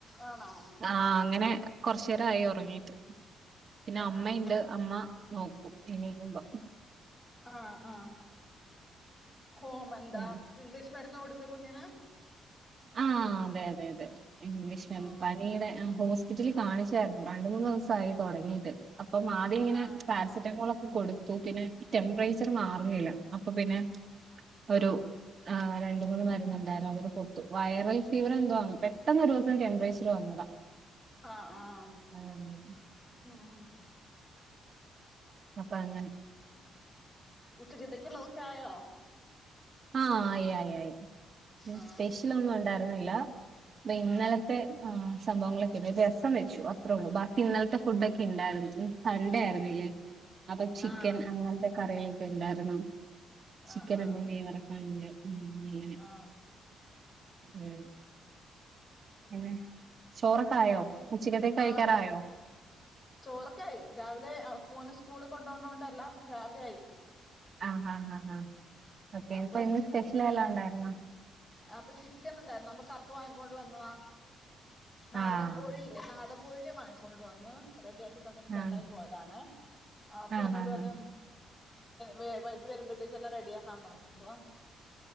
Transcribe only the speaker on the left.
ആണോ
ആഹ്
ആഹ് ആഹ് ഹോം എന്താ
ഇംഗ്ലീഷ് മരുുന്നാ കൊടുത്തെ കുഞ്ഞിന്
ആഹ്
ആഹ്
ആഹ്
ആഹ് ആഹ്
ഉം
ഉച്ചക്കത്തെക്കുള്ളതൊക്കെ ആയോ
ആഹ്
ആഹ്
ആഹ്
ആഹ്
ആഹ്
ആഹ്
ആഹ് ചോ ചോറൊക്കെ ആയി രാവിലെ ആ മോന് സ്കൂളി കൊണ്ടോണ്ടോണ്ട് എല്ലാം രാവിലെ ആയി
അപ്പൊ
അപ്പൊ ചിക്കൻ ഉണ്ടായിരുന്നു അപ്പ പപ്പ വാങ്ങിക്കൊണ്ട് വന്നതാ നാടൻ
കോഴിയില്ലേ നാടൻ കോഴിനെ വങ്ങിക്കൊണ്ട് വന്ന് റെഡിയാക്കി തന്നിട്ട് ചേട്ടായി
പോയതാണെ അപ്പൊ
എന്നോട്
പറഞ്ഞു
വ് വെളുത്ത് വരുമ്പോഴത്തേക്ക്‌ എല്ലാം റെഡിയാക്കാൻ പറഞ്ഞു അപ്പൊ